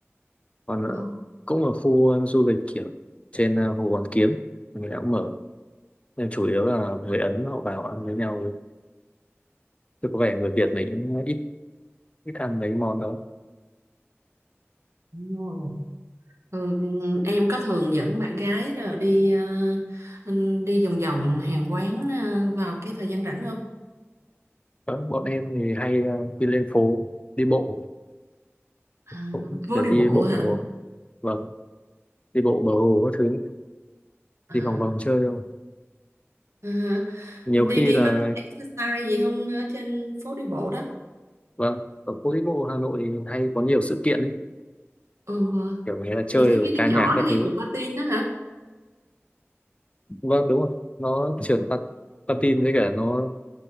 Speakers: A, on the left; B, on the right.
A: còn ờ,
B: Ồ.
A: cũng ở khu ờ, du lịch kiểu trên ờ, Hồ Hoàn Kiếm mình ta cũng mở nhưng chủ yếu là người Ấn họ vào ăn với nhau chứ có vẻ người Việt mình cũng ít ít ăn mấy món đó
B: ồ. Ừ, em có thường dẫn bạn gái đó đi ờ, đi vòng vòng hàng quán ờ, vào cái thời gian rảnh không?
A: Đó, bọn em thì hay ờ, đi lên phố đi bộ
B: À,
A: cũng
B: phố
A: kiểu
B: đi
A: đi
B: bộ
A: bộ
B: hả?
A: vâng đi bộ bờ hồ các thứ
B: À,
A: đi vòng vòng chơi không
B: ờ,
A: nhiều
B: đi
A: khi
B: đi
A: là
B: có tập exercise gì không ở trên phố đi bộ đó?
A: vâng ở phố đi bộ Hà Nội thì hay có nhiều sự kiện ấy
B: Ừ,
A: kiểu người ta chơi
B: chị thấy
A: rồi
B: mấy đứa
A: ca nhạc
B: nhỏ nó
A: các
B: hay
A: thứ
B: được patin đó hả?
A: vâng đúng rồi nó trượt pat- patin với cả nó